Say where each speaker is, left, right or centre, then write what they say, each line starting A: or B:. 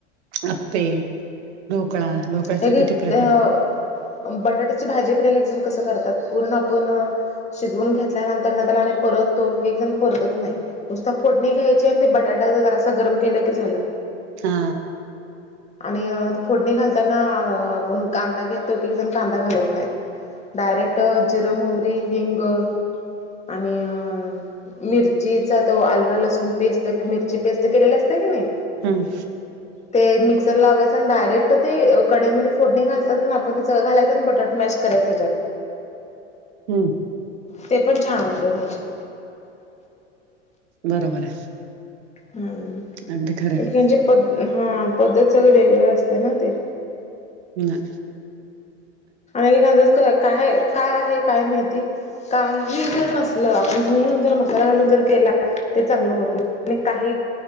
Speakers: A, on the right (about 65°); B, on the left (about 20°).
A: आपे ढोकळा ढोकळ
B: एक
A: तर
B: एक
A: किती प्रकार
B: अ बटाट्याची भाजी पण एक एकजण कसं करतात पूर्ण आपण शिजवून घेतल्यानंतर ना त्याला आणि परतो एक जण परतत नाही नुसता फोडणी घ्यायचे आणि ते बटाटा जरा असं गरम केलं की झालं
A: हा
B: आणि फोडणी घाल त्यांना आपण कांदा घेतो की जण कांदा घालत नाहीत डायरेक्ट जिरमी हेंग आणि अ मिरचीचा तो आलं लसूून पेस्ट मिरची पेस्ट केलेली असत कि नाही
A: हम्
B: ते मिक्सर लावायचं आणि डायरेक्ट ते कढीईमध्ये फोडणी घालतात आपण तेगळं घालायचं आणि बटाट मॅशरायं त्याच्यात
A: हम्म
B: ते पण छान होते भाजी.
A: बरोबर आहे.
B: हा
A: अगदी खरं आहे
B: एकेकांची पद्धत हा पद्धत सगळ वेगवेगळे असते ना ते,
A: ना
B: एकेकांच काय काय आहे काय माहिती काय. मीठ जर नसल आपण हू म्हणून जर मसाला घालून जर केला ते चांगलं होत नाही आणि काही